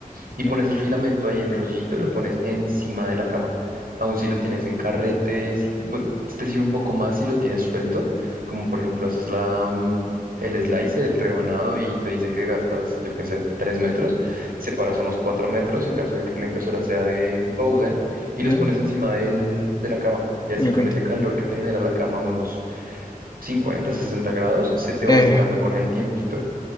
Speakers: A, on the left; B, on the right.
A: Ok,
B: y pones el filamento ahí en rollito, lo pones encima de la cama. Aún si lo tienes en carrete, si, te bueno, te sirve un poco más si lo tienes suelto, como por ejemplo haces la, mm, el slicer, el rebanado y te dice que gastas, yo qué sé, 3 metros, separas unos 4 metros en caso de que la impresora sea de Bowden y
A: Ya,
B: los pones encima del, de la cama. Y así
A: de lo
B: con
A: que-
B: ese calor que te genera la cama, unos 50 60 grados, se te
A: eh,
B: va secando con el tiempito.